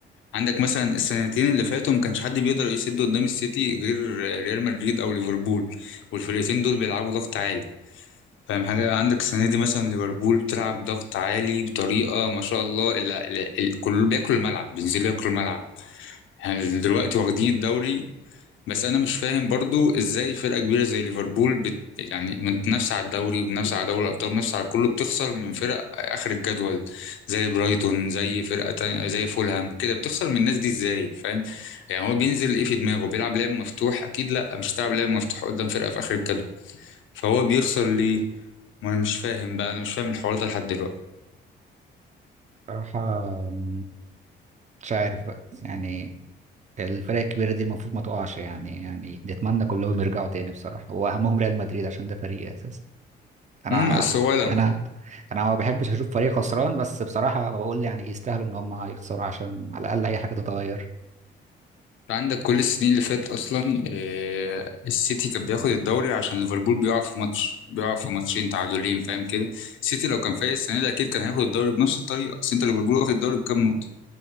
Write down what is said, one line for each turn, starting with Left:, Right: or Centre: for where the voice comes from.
Left: عندك مثلا السنتين اللي فاتوا ما كانش حد بيقدر يسد قدام السيتي غير ريال مدريد او ليفربول والفرقتين دول بيلعبوا ضغط عالي فاهم حاجة عندك السنة دي مثلا ليفربول بتلعب ضغط عالي بطريقة ما شاء الله ال- ال- ال- كله بياكل الملعب بينزلوا ياكلوا الملعب يعني دلوقتي واخدين الدوري بس انا مش فاهم برضو ازاي فرقه كبيره زي ليفربول بت... يعني متنافسه على الدوري ومنافسه على دوري الابطال ومنافسه على كله بتخسر من فرق اخر الجدول زي برايتون زي فرقه تانية زي فولهام كده بتخسر من الناس دي ازاي فاهم يعني هو بينزل ايه في دماغه بيلعب لعب مفتوح اكيد لا مش هتلعب لعب مفتوح قدام فرقه في اخر الجدول فهو بيخسر ليه ما انا مش فاهم بقى انا مش فاهم الحوار ده لحد دلوقتي
Right: بصراحة م، مش عارف بقى يعني الفرق الكبيرة دي المفروض ما تقعش يعني يعني نتمنى كلهم يرجعوا تاني بصراحة واهمهم ريال مدريد عشان ده فريقي اساسا انا
Left: امم بس هو لو
Right: يعني انا انا ما بحبش اشوف فريق خسران بس بصراحة بقول يعني يستاهلوا ان هم يخسروا عشان على الاقل اي حاجة تتغير
Left: عندك كل السنين اللي فاتت اصلا آه، السيتي كان بياخد الدوري عشان ليفربول بيقع في ماتش بيقع في ماتشين تعادلين فاهم كده السيتي لو كان فايق السنه دي اكيد كان هياخد الدوري بنفس الطريقه بس انت ليفربول واخد الدوري بكام نقطه